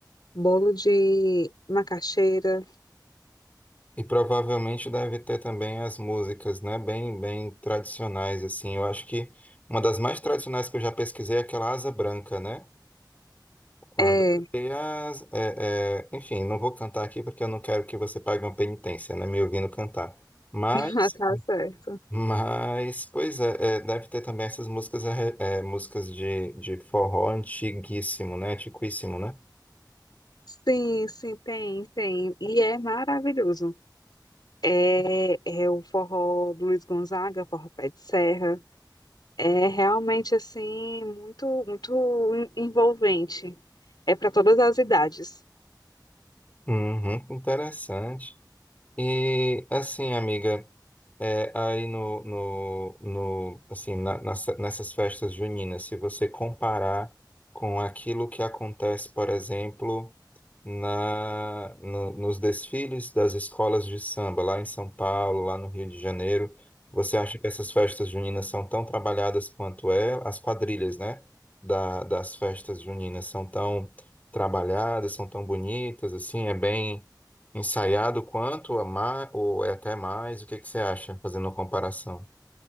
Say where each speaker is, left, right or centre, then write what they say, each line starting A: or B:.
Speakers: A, on the left (about 65°); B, on the left (about 20°).
A: bolo de macaxeira.
B: E provavelmente deve ter também as músicas, né? Bem, bem tradicionais, assim. Eu acho que uma das mais tradicionais que eu já pesquisei é aquela Asa Branca, né? Quando
A: É,
B: tem as, é, é, enfim, não vou cantar aqui porque eu não quero que você pague uma penitência, né? Me ouvindo cantar. Mas
A: <laughs> tá certo.
B: Mas, pois é, é, deve ter também essas músicas, é, é, músicas de, de forró antiguíssimo, né? Antiquíssimo, né?
A: Sim, sim, tem, tem. E é maravilhoso. É, é o forró do Luiz Gonzaga, forró Pé de Serra. É realmente assim muito muito en- envolvente. É para todas as idades.
B: Uhum, interessante. E, assim, amiga. É, aí no, no, no assim, na- nas- nessas festas juninas, se você comparar com aquilo que acontece, por exemplo, na, no- nos desfiles das escolas de samba, lá em São Paulo, lá no Rio de Janeiro, você acha que essas festas juninas são tão trabalhadas quanto é? As quadrilhas, né, da, das festas juninas são tão trabalhadas, são tão bonitas, assim, é bem Ensaiado quanto a mais, ou é até mais, o que que você acha, fazendo uma comparação?